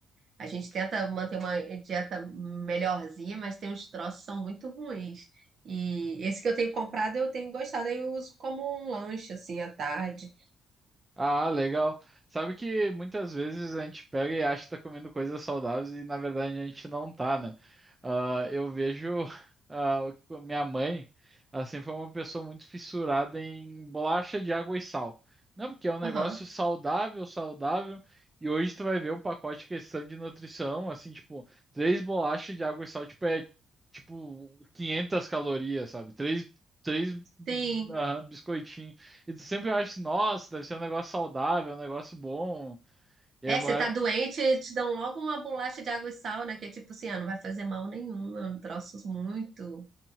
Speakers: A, on the right; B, on the right.
A: a gente tenta manter uma dieta melhorzinha, mas tem uns troços que são muito ruins. E esse que eu tenho comprado, eu tenho gostado, aí eu uso como um lanche, assim, à tarde.
B: Ah, legal. Sabe que muitas vezes a gente pega e acha que tá comendo coisas saudáveis e na verdade a gente não tá, né? Ah, eu vejo <laughs> ah, o que- minha mãe, assim foi uma pessoa muito fissurada em bolacha de água e sal. Não, porque é um negócio
A: Aham.
B: saudável, saudável. E hoje tu vai ver o pacote de questão de nutrição, assim, tipo, três bolachas de água e sal, tipo, é tipo 500 calorias, sabe? Três, três
A: Sim,
B: ah, biscoitinhos. E tu sempre acha, nossa, deve ser um negócio saudável, um negócio bom. E
A: É,
B: é a maior.
A: você tá doente, te dão logo uma bolacha de água e sal, né? Que é tipo assim, ah, não vai fazer mal nenhum, é um troço muito